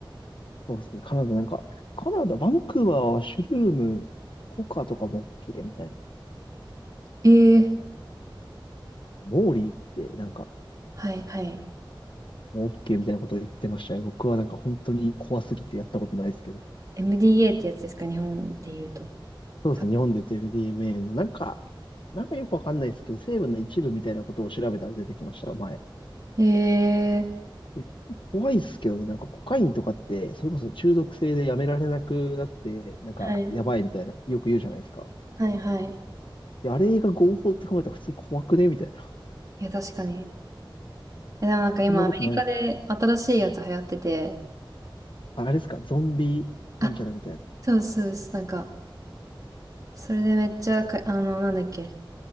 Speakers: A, on the left (about 70°); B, on the right (about 40°).
A: そうですね。カナダなんか、カナダ、バンクーバーはシュルーム、コカとかも OK みたいな。
B: ええ
A: モーリーってなんか、
B: はい、はい。
A: もう OK みたいなことを言ってましたよ。僕はなんか本当に怖すぎてやったことないですけど。
B: MDA ってやつですか、日本で言うと。
A: そうですね。
B: た
A: 日本で言うと MDMA のなんか、なんかよくわかんないですけど、成分の一部みたいなことを調べたら出てきました、前。
B: ええ
A: え怖いですけどね、なんかコカインとかって、それこそ中毒性でやめられなくなって、なんかやばいみたいな、
B: はい、
A: よく言うじゃないですか。
B: はい、はい。
A: いやあれが合法って考えたら普通に怖くねみたいな。
B: いや、確かに。えでもなんか今アメリカで新しいやつ流行ってて、
A: そんなことないですか。ああれですか、ゾンビなんちゃらみたいな。
B: あ、そうですそうです。なんか、それでめっちゃか、あの、なんだっけ、